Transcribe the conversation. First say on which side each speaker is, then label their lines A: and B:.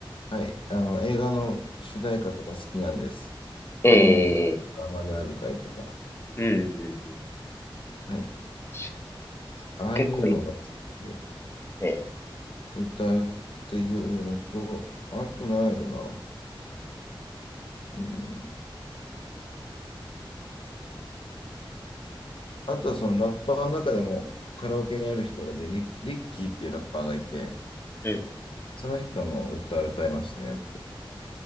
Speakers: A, on the left; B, on the left.
A: はい。あの、映画の主題歌とか好きなんです。
B: ええ、
A: 愛にできるまだあるかいとか。
B: うんうんうん。
A: はい。
B: 確か
A: ああいうのが好きで、
B: に。結構いい。ええ、
A: 歌うっていうのと、あとなんやろな。うん。あとはそのラッパーの中でもカラオケにある人がで、リ、リッキーっていうラッパーがいて、
B: うん。
A: その人の歌歌いますね、よく。